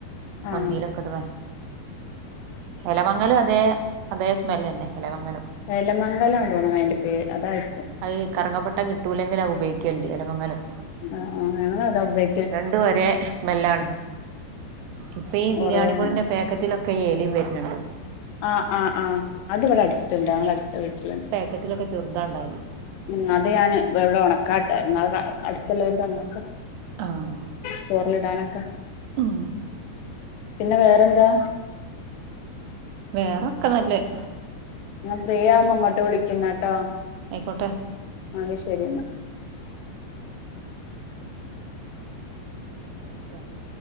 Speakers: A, on the left; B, on the right.
A: ആ
B: മന്തീലൊക്കെടുവെ എലമംങ്ങലുഅതേ അതേ സ്മെല്ലന്നെ എലമംങ്ങലം
A: എലമംങ്ങലാൺതോന്ന്ണയ്ൻ്റെ പേ അതായിര്ക്കും
B: അത് കറ്കപ്പട്ട കിട്ടൂലങ്ങിൽ അത് ഉപയോഗിക്കൽണ്ട് എലമംങ്ങലം
A: ആഹ് ആഹ് ഞങ്ങളതാഉഭേ
B: രണ്ടു ഒരെ സ്മെല്ലാണ് ഇപ്പീ
A: കൊറേ
B: ബിരിയാണിപൊടിൻ്റെ
A: ഉണ്ട്
B: പേക്കറ്റിലൊക്കെ ഏലിം വര്ന്ണ്ട്
A: ആഹ് ആഹ് ആഹ് അത് വടെ അട്ത്ണ്ട് ങ്ങളെ അട്ത്തവീട്ടില്ൺ
B: കെറ്റ്ലൊക്കെ ചെർതാണ്ടായല്
A: ഉം അത് ഞാന് വെള്ള ഒണക്കാട്ടായിര്ന്നു അഹ് ക അട്ത്ത് ള്ളോര് തന്നപ്പോ
B: ആഹ്
A: ചോർലിടാനൊക്കെ
B: ഉം
A: പിന്നെ വേറെന്താ
B: വേറൊക്കെ നല്ലഹ്
A: ഞാ ഫ്രീയാവുമ്പോ ഇങ്ങോട്ട് വിളിക്യന്നാട്ടോ
B: അയ്ക്കോട്ടെ
A: ആഹ് ന്നശരിന്ന
B: ത്ര മിൻറ്റായി